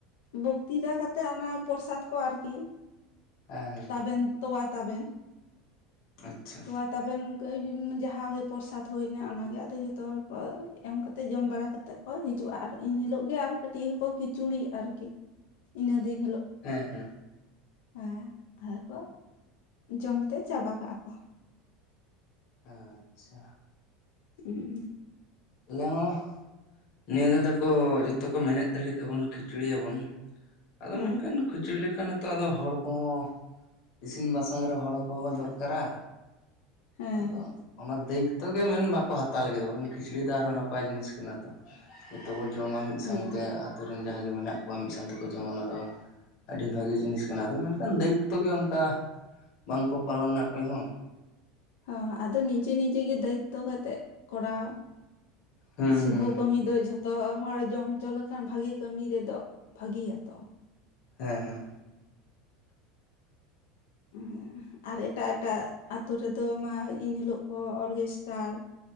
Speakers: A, on the left; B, on the left.
A: ᱵᱚᱠᱛᱤᱛᱟ ᱠᱟᱛᱮᱜ ᱚᱱᱟ ᱯᱨᱚᱨᱚᱥᱟᱫ ᱠᱚ ᱟᱨᱠᱤ
B: ᱦᱮᱸ ᱦᱮᱸ
A: ᱛᱟᱵᱮᱱ ᱛᱚᱣᱟ ᱛᱟᱵᱮᱱ,
B: ᱟᱪᱪᱷᱟ
A: ᱛᱚᱣᱟ ᱛᱟᱵᱮᱱ ᱠᱟᱹᱭ ᱡᱟᱦᱟᱸᱜᱮ ᱯᱨᱚᱨᱚᱥᱟᱫᱽ ᱦᱩᱭᱱᱟ ᱚᱱᱟᱜᱮ ᱟᱫᱚ ᱡᱚᱛᱚ ᱦᱚᱲ ᱠᱚ ᱮᱢ ᱠᱟ ᱠᱟᱛᱮᱫ ᱡᱚᱢ ᱵᱟᱲᱟ ᱠᱟᱛᱮᱫ᱾ ᱠᱚ ᱦᱤᱡᱩᱜᱼᱟ ᱟᱨ ᱤᱱ ᱦᱤᱞᱳᱜ ᱜᱮ ᱟᱨ ᱠᱟᱹᱴᱤᱡ ᱦᱚᱸᱠᱚ ᱠᱷᱤᱪᱩᱲᱤ ᱟᱨᱠᱤ ᱤᱱᱟᱹ ᱫᱤᱱ ᱦᱤᱞᱳᱜ᱾
B: ᱦᱮᱸ ᱦᱮᱸ ᱾
A: ᱦᱮᱸ ᱟᱫᱚ ᱠᱚ ᱡᱚᱢ ᱛᱮ ᱪᱟᱵᱟ ᱠᱟᱜᱼᱟ ᱠᱚ᱾
B: ᱟᱪᱪᱷᱟ
A: ᱩᱸ ᱾
B: ᱟᱞᱮ ᱦᱚᱸ ᱱᱤᱭᱟᱹ ᱫᱷᱟᱣ ᱠᱚ ᱡᱷᱚᱛᱚ ᱠᱚ ᱢᱮᱱᱮᱫ ᱛᱟᱞᱮ ᱛᱟᱵᱚᱱ ᱠᱷᱤᱪᱩᱲᱤᱭ ᱧᱟᱵᱚᱱ ᱟᱫᱚ
A: ᱦᱮᱸ
B: ᱢᱮᱱᱠᱷᱟᱱ ᱠᱷᱤᱪᱩᱲᱤ ᱞᱮᱠᱟᱱᱟᱜ ᱱᱤᱛᱚᱜ ᱟᱫᱚ ᱦᱚᱲ ᱠᱚᱦᱚᱸ ᱤᱥᱤᱱ ᱵᱟᱥᱟᱝ ᱨᱮ ᱦᱚᱲ ᱠᱚᱸᱦᱚ ᱫᱚᱨᱠᱟᱨᱟ᱾
A: ᱦᱮᱸ
B: ᱟᱫᱚ ᱚᱱᱟ ᱫᱟᱭᱤᱛᱛᱚ ᱜᱮ ᱢᱮᱱ ᱵᱟᱠᱚ ᱦᱟᱛᱟᱣ ᱞᱟᱹᱜᱤᱫ ᱫᱚ ᱵᱟᱠᱷᱟᱱ ᱠᱷᱤᱪᱲᱤ ᱫᱚ ᱟᱨᱦᱚᱸ ᱱᱟᱯᱟᱭ ᱡᱤᱱᱤᱥ ᱠᱟᱱᱟ ᱛᱚ᱾ ᱡᱚᱛᱚ ᱠᱚ ᱡᱚᱢᱟ ᱢᱤᱫ
A: ᱦᱮᱸ
B: ᱥᱟᱶᱛᱮ ᱟᱹᱛᱩ ᱨᱮᱱ ᱡᱟᱦᱟᱸᱭ ᱜᱮ ᱢᱮᱱᱟᱜ ᱠᱚᱣᱟ ᱢᱤᱫ ᱥᱟᱶ ᱛᱮᱠᱚ ᱡᱚᱢᱟ, ᱚᱱᱟ ᱫᱚ ᱟᱹᱰᱤ ᱵᱷᱟᱹᱜᱤ ᱡᱤᱱᱤᱥ ᱠᱟᱱᱟ ᱟᱫᱚ ᱢᱮᱱᱠᱷᱟᱱ ᱫᱟᱹᱭᱤᱛᱛᱚ ᱜᱮ ᱚᱱᱠᱟ ᱵᱟᱝ ᱠᱚ ᱯᱟᱞᱚᱱᱟ ᱚᱠᱚᱭ ᱦᱚᱸ ᱚᱱᱠᱟ
A: ᱦᱚᱹ ᱟᱫᱚ ᱱᱤᱡᱮ ᱱᱤᱡᱮ ᱜᱮ ᱫᱟᱭᱤᱛᱛᱚ ᱠᱟᱛᱮᱜ ᱠᱚᱨᱟᱣ᱾
B: ᱦᱩᱸ
A: ᱥᱩᱵᱷᱚ
B: ᱦᱩᱸ
A: ᱠᱟᱹᱢᱤ ᱫᱚ ᱡᱷᱚᱛᱚ ᱦᱚᱲ ᱡᱚᱢ ᱦᱚᱪᱚ ᱞᱮᱠᱷᱟᱱ ᱵᱷᱟᱹᱜᱤ ᱠᱟᱹᱢᱤ ᱨᱮᱫᱚ ᱵᱷᱟᱹᱜᱤᱭᱟ ᱛᱚ᱾
B: ᱦᱮᱸ ᱦᱮᱸ ᱾
A: ᱦᱮᱸ ᱾ ᱟᱨ ᱮᱴᱟᱜ ᱮᱴᱟᱜ ᱟᱹᱛᱩ ᱨᱮᱫᱚ ᱢᱟ ᱮᱱᱦᱤᱞᱳᱜ ᱠᱚ ᱚᱨᱜᱮᱥᱴᱟᱨ